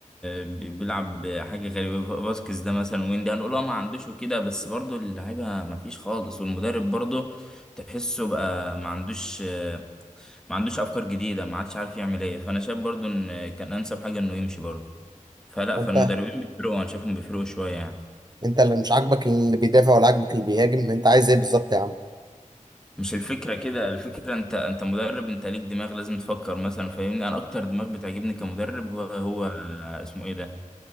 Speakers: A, in the centre; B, on the right.
A: بي- بيلعب حاجة غريبة باسكس ده مثلا وين ده هنقول اه ما عندوش وكده بس برضو اللعيبة ما فيش خالص والمدرب برضو تحسه بقى ما عندوش ما عندوش أفكار جديدة ما عادش عارف يعمل ايه فأنا شايف برضو إن كان أنسب حاجة إنه يمشي برضو فلا فالمدربين
B: منتهى
A: بيفرقوا أنا شايفهم بيفرقوا شوية يعني
B: انت اللي مش عاجبك اللي بيدافع ولا عاجبك اللي بيهاجم انت عايز ايه بالظبط يا عم
A: مش الفكرة كده الفكرة أنت أنت مدرب أنت ليك دماغ لازم تفكر مثلا فاهمني أنا أكتر دماغ بتعجبني كمدرب هو هو اسمه ايه ده